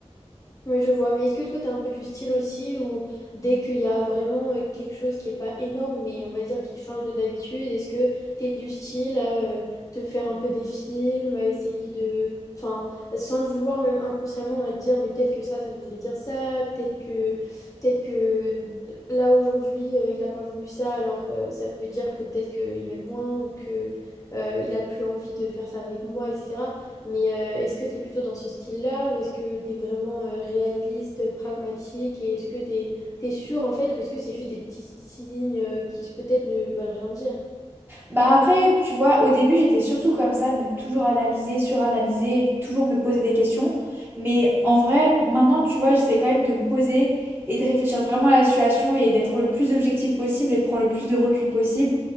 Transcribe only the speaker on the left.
Oui, je vois. Mais est-ce que toi, tu es un peu du style aussi où dès qu'il y a vraiment euh, quelque chose qui n'est pas énorme, mais on va dire qui change de d'habitude, est-ce que tu es du style à euh, te faire un peu des films, à essayer de... Enfin, sans le vouloir, même inconsciemment, à te dire, mais peut-être que ça, ça voudrait dire ça, peut-être que, peut-être que là, aujourd'hui, euh, il n'a pas voulu ça, alors euh, ça veut dire que peut-être qu'il m'aime moins ou que euh, il a plus envie de faire ça avec moi, etc. Mais euh, est-ce que tu es plutôt dans ce style-là ou est-ce que tu es vraiment euh, réaliste, pragmatique et est-ce que tu es, sûr en fait ou est-ce que c'est juste des petits signes euh, qui peut-être ne veulent rien dire?